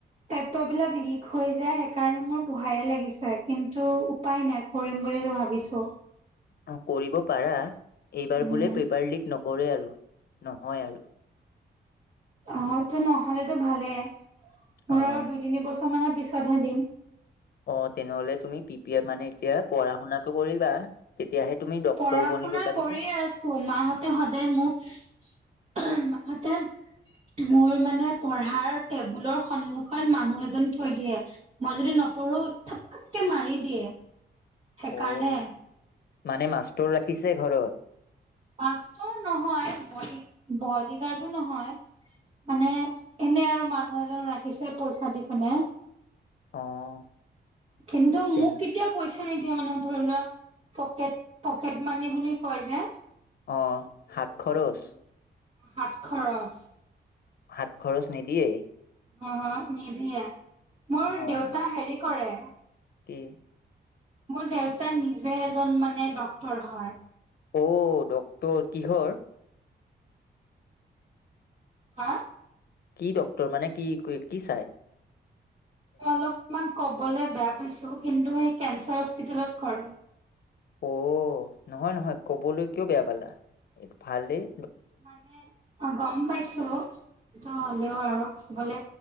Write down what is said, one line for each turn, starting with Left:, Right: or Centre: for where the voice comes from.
Right: পেপাবিলাক লিক হৈ যায়। সেইকাৰণে মোৰ ভয়ে লাগিছে, কিন্তু উপায় নাই কৰিম বুলিটো ভাবিছো।
Left: অ কৰিব পাৰা। এইবাৰ
Right: উম
Left: বোলে পেপাৰ লিক নকৰে আৰু নহয় আৰু।
Right: অ সেইটো নহ'লেতো ভালেই। মোৰ
Left: অ'
Right: আৰু দুই, তিনি বছৰ মানৰ পিছতহে দিম।
Left: অ তেনেহ'লে তুমি পি পি এফ মানে এতিয়া পঢ়া-শুনাটো কৰিবা, তেতিয়াহে তুমি ডক্তৰ
Right: পৰা
Left: বনিব
Right: শুনা
Left: পাৰিবা।
Right: কৰিয়ে আছো। মাহঁতে সদায় মোক মাকহঁতে মোৰ মানে পঢ়াৰ টেবুলৰ সন্মুখত মানুহ এজন থৈ দিয়ে। মই যদি নপঢ়ো থাপাককে মাৰি দিয়ে সেইকাৰণে
Left: অ' মানে মাষ্টৰ ৰাখিছে ঘৰত।
Right: মাষ্টৰ নহয়, বডী বডীগাৰ্ডো নহয়। মানে এনে আৰু মানুহ এজন ৰাখিছে পইচা দি পেনে।
Left: অ'
Right: কিন্তু
Left: তেন
Right: মোক কেতিয়াও পইচা নিদিয়া মানে ধৰি লোৱা পকেট পকেট মানি বুলি কয় যে।
Left: অ হাত খৰচ।
Right: হাত খৰচ।
Left: হাত খৰছ নিদিয়ে?
Right: অ-হ নিদিয়ে। মোৰ
Left: অ'
Right: দেউতা
Left: হাত
Right: হেৰি কৰে।
Left: কি?
Right: মোৰ দেউতা নিজে এজন মানে ডক্তৰ হয়।
Left: অ, ডক্তৰ কিহৰ?
Right: হা?
Left: কি ডক্তৰ মানে কি কি চায়?
Right: মই অলপমান ক'বলে বেয়া পাইছো, কিন্তু হেই কেঞ্চাৰ হস্পিতেলত কৰে।
Left: অ, নহয় নহয় ক'বলৈ কিয় বেয়া পালা? এ ভালেহে।
Right: মানে অ গম পাইছো, কিন্তু হ'লেও আৰু ক'বলে